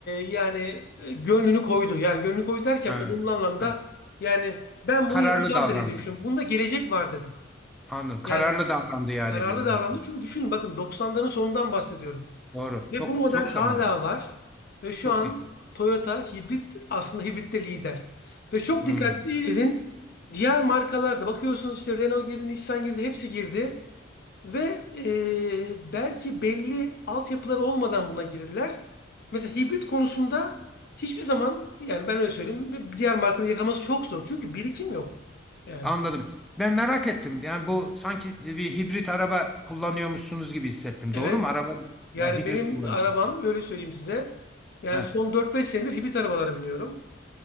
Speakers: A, on the left; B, in the centre.
A: yani e, gönlünü koydu. Yani gönlünü koydu derken
B: Ha,
A: olumlu anlamda
B: ha.
A: yani ben
B: Kararlı
A: bunu yapacağım
B: davrandı.
A: dedi diye düşünüyorum. Bunda gelecek var dedi.
B: Anladım. Kararlı
A: Yani
B: davrandı yani
A: Kararlı
B: bir
A: davrandı.
B: noktada.
A: Çünkü düşünün bakın doksanların sonundan bahsediyorum.
B: Doğru.
A: Ve
B: Çok
A: bu model
B: çok
A: hala
B: zaman olmuş.
A: var. Ve şu
B: Çok
A: an
B: iyi.
A: Toyota hibrit aslında hibritte lider. Ve çok
B: Hmm.
A: dikkatli edin. Diğer markalarda bakıyorsunuz işte Renault girdi, Nissan girdi, hepsi girdi. Ve e, belki belli altyapıları olmadan buna girdiler. Mesela hibrit konusunda hiçbir zaman yani ben öyle söyleyeyim bir diğer markanın yakalaması çok zor. Çünkü birikim yok. Yani.
B: Anladım. Ben merak ettim. Yani bu sanki bir hibrit araba kullanıyormuşsunuz gibi hissettim.
A: evet.
B: Doğru mu? Araba
A: Yani
B: ya, hibrit
A: benim
B: kullanıyorsun.
A: arabam öyle söyleyeyim size. Yani
B: Ha,
A: son dört beş senedir hibrit arabalara biniyorum.